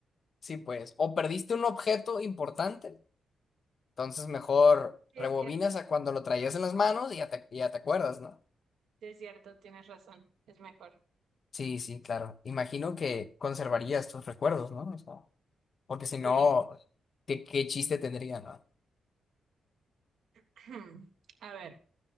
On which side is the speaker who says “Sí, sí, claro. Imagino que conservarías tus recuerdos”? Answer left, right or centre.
Left